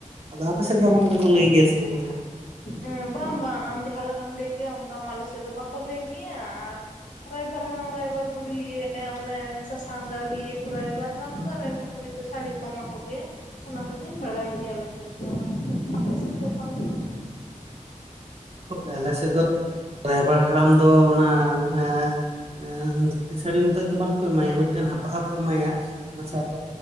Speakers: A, on the right (about 50°); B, on the left (about 80°).
A: ᱟᱫᱚ ᱟᱯᱮ ᱥᱮᱫ ᱫᱚ ᱦᱚᱸᱜᱚᱝ ᱠᱟ ᱠᱚ ᱞᱟᱹᱭ ᱜᱮᱭᱟ ᱥᱮ ᱵᱟᱝᱟ?
B: ᱮ ᱵᱟᱝ ᱵᱟᱝ ᱟᱢ ᱡᱟᱦᱟᱸ ᱞᱮᱠᱟᱢ ᱞᱟᱹᱭ ᱠᱮᱭᱟ ᱚᱱᱠᱟ ᱢᱟ ᱟᱞᱮ ᱥᱮᱫ ᱫᱚ ᱵᱟᱠᱚ ᱞᱟᱹᱭ ᱠᱮᱭᱟ ᱟᱨ ᱨᱟᱭᱵᱟᱨ ᱦᱟᱲᱟᱢ ᱨᱟᱭᱵᱟᱨ ᱵᱩᱰᱦᱤ ᱜᱮ ᱚᱱᱮ ᱥᱟᱥᱟᱝ ᱫᱟᱲᱦᱤ ᱠᱚ ᱨᱟᱭᱵᱟᱨ ᱦᱟᱲᱟᱢ ᱫᱚ ᱨᱟᱭᱵᱟᱨ ᱵᱩᱰᱦᱤ ᱫᱚ ᱥᱩ ᱥᱟᱹᱲᱤ ᱠᱚ ᱮᱢᱟ ᱠᱚᱜᱮᱭᱟ ᱚᱱᱟ ᱠᱚᱜᱮᱧ ᱵᱟᱲᱟᱭ ᱜᱮᱭᱟ ᱟᱞᱮ ᱥᱮᱫ ᱫᱚ ᱟᱯᱮ ᱥᱮᱫ ᱫᱚ ᱚᱠᱟ ᱞᱮᱠᱟ?
A: ᱦᱳ ᱟᱞᱮᱥᱮᱫ ᱫᱚ ᱨᱟᱭᱵᱟᱨ ᱦᱟᱲᱟᱢ ᱫᱚ ᱚᱱᱟ ᱮ ᱮ ᱥᱩᱛᱤ ᱥᱟᱹᱲᱤ ᱢᱚᱛᱚᱡ ᱫᱚ ᱵᱟᱝᱠᱚ ᱮᱢᱟᱭᱟ ᱢᱤᱫᱴᱮᱱ ᱦᱟᱯᱟᱜ ᱦᱚᱸᱠᱚ ᱮᱢᱟᱭᱟ ᱚᱱᱟ ᱥᱛᱣᱛᱮ